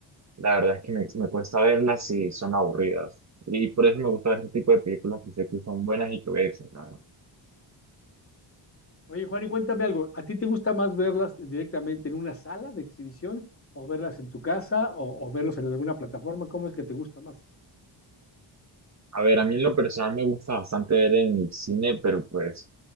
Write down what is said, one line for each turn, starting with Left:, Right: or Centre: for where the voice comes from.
Right: la verdad es que me, me cuesta verlas si son aburridas. Y por eso me gusta ver este tipo de películas que sé que son buenas y que voy a disfrutar.
Left: Oye, Juan, y cuéntame algo, ¿a ti te gusta más verlas directamente en una sala de exhibición o verlas en tu casa o, o verlos en alguna plataforma? ¿Cómo es que te gusta más?
Right: A ver, a mí en lo personal me gusta bastante ver en el cine, pero pues